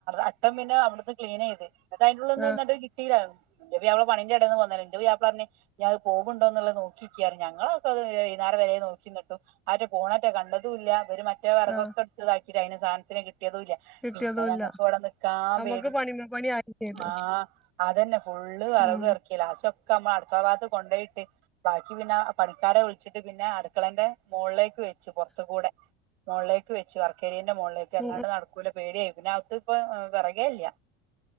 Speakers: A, on the right; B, in the centre.
A: അട്ടം പിന്നെ അവിടുന്ന് ക്ലീന് ചെയ്ത് അന്നട്ട് അതിനുള്ളി വന്ന്
B: ആഹ്
A: നിന്നിട്ട് കിട്ടയില്ലേ എന്റെ പുയ്യാപ്പള പണിന്റെ എടാന്ന് പോന്നതല്ലെ എന്റെ പുയ്യാപ്പള പറഞ്ഞ് ഈയത് പോവുണ്ടോന്ന് നോക്കിക്കാ പറഞ്ഞ് ഞങ്ങളൊക്കത് വൈകുന്നേരംവരെ നോക്കി നിന്നിട്ടും അവൻ്റെ ഫോണട്ടെ കണ്ടതൂല്ല മറ്റേ വെറകൊക്കെ
B: ആഹ്
A: എടുത്തിതാക്കി അയ്ന് സാധനത്തിന് കി കിട്ടിയതൂല്ല.
B: കിട്ടിയതും
A: പിന്നെ ഞങ്ങക്കിവിടെ
B: ഇല്ല
A: നിക്കാൻ
B: നമ്മുക്ക്
A: പേടി.
B: പണിമേ പണി ആയി ചെയ്ത്
A: ആ അതന്നെ ഫുള്ള് വെറകും
B: ഉം
A: ഇറക്കി ലാസ്റ്റൊ ക്കമ അടുക്കള ഭാഗത്ത് കൊണ്ടേയിട്ട് ബാക്കി പിന്നെ പണിക്കാരെ വിളിച്ചിട്ട് പിന്നെ അടുക്കളെന്റെ മോൾലേ ക്ക് വെച്ച് പുറത്തുക്കൂടെ മോളിലേക്ക് വെച്ച് വർക്കേരിയ മോളിലേക്ക് അല്ലാണ്ട്
B: ഉം ഉം
A: നടക്കൂല. പേടിയായി പിന്നകത്ത് ഇപ്പൊ വിറകേല്ല